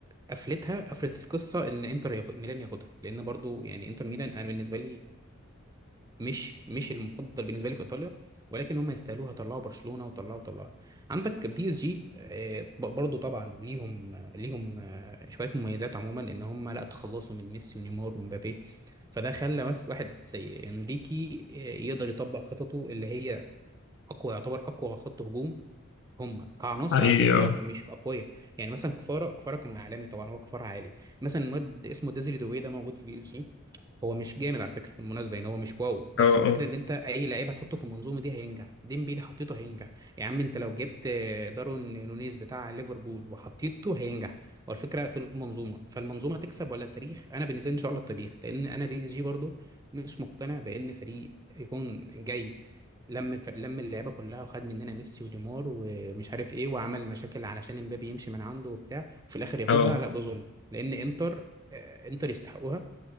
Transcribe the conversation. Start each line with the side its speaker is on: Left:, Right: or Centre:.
Right: قفلتها قفلت القصه ان انتر ياخد- ميلان ياخدها لان برضو يعني انتر ميلان انا بالنسبه لي مش مش المفضل بالنسبه لي في ايطاليا ولكن هم يستاهلوها طلعوا برشلونه وطلعوا طلعوا عندك بي اس جي آه، ب- برضو طبعا ليهم آه، ليهم آه، شويه مميزات عموما ان هم لا تخلصوا من ميسي ونيمار ومبابي فده خلى بس واحد زي انريكي آه، يقدر يطبق خططه اللي هي اقوى يعتبر اقوى خط هجوم هم كعناصر
Left: حقيقي
Right: على فكره مش اقوياء يعني مثلا كفاره كفاره كان عالمي طبعا هو كفاره عالي مثلا واد اسمه ديزري دوي ده موجود في بي اس جي هو مش جامد على فكره بالمناسبه يعني هو مش واو بس
Left: اه
Right: الفكره
Left: اه
Right: ان انت اي لعيب هتحطه في المنظومه دي هينجح ديمبيلي حطيته هينجح يا عم انت لو جبت دارون نونيز بتاع ليفربول وحطيته هينجح هو الفكره في المنظومه فالمنظومه تكسب ولا التاريخ انا بالنسبه لي ان شاء الله التاريخ لان انا بي اس جي برضو مش مقتنع بان فريق يكون جاي لم لم اللعيبه كلها وخد مننا ميسي ونيمار ومش عارف ايه وعمل مشاكل علشان امبابي يمشي من عنده وبتاع وفي الاخر ياخدها
Left: اه
Right: لا ده ظلم لان انتر آه، انتر يستحقوها